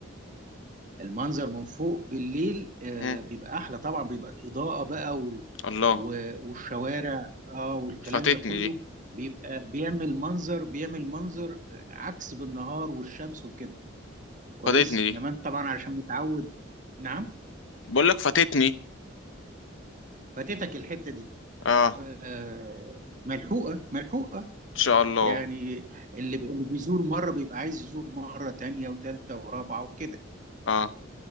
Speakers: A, on the right; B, on the left.
A: المنظر من فوق بالليل آه،
B: مم.
A: بيبقى احلى طبعا بيبقى الاضاءه بقى وال-
B: الله
A: و- والشوارع اه والكلام
B: فاتتني
A: ده كله
B: دي
A: بيبقى بيعمل منظر بيعمل منظر عكس بالنهار والشمس وكده كويس
B: فاتتني
A: انما
B: دي
A: انت طبعا عشان متعود نعم
B: بقول لك فاتتني
A: فاتتك الحته دي
B: اه ان
A: آه، ملحوقه ملحوقه
B: شاء الله
A: يعني اللي بي- اللي بيزور مره بيبقى عايز يزور مره تانية وتالتة ورابعه وكده
B: اه